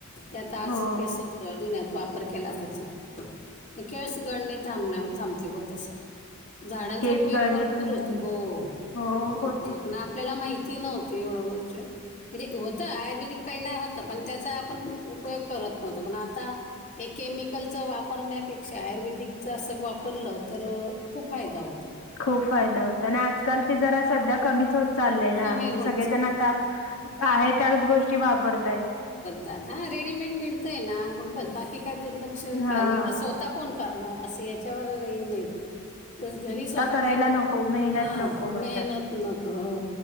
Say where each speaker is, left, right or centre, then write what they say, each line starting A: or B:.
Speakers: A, on the left; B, on the left.
A: त्यात आज
B: हो
A: केस जुन्यात वापर केला त्याचा केस गडणी थांण्या थांबती बो तसे झाडांचा
B: केस
A: उपयोग
B: गळणी
A: भरपूर
B: पण
A: होत
B: झाली.
A: हो
B: हो
A: खप होत
B: होती की.
A: पण आपल्याला माहिती ति नव होत एवढं वरच म्हणजे होतं आयुर्वेदिक पहिला होता पण त्याचा आपण उपयोग करत नव्हता पण आता हे केमिकलचं वापरण्यात पेक्षा आयुर्वेदिकचा असं वापरलं तर खूप फायदा होताो
B: खूप फायदा होत आणि आजकाल ते जरा सध्या कमीच हो चाललंय
A: कमी
B: ना म्हणजे
A: होत
B: सगळेजण
A: चाललं
B: आता आहे त्याच गोष्टी वापरताय
A: तात हा रेडीमेड मिळतय ना मग ब बाकी काय दुर्लक्ष
B: हा.
A: कावढ स्वतः कोण करणार असं याच्यावर ये नाहीत तस घरी स्वतः
B: करायला
A: केले
B: नको मेहनत
A: हा
B: नको म्हणतात.
A: मेहनत नक हो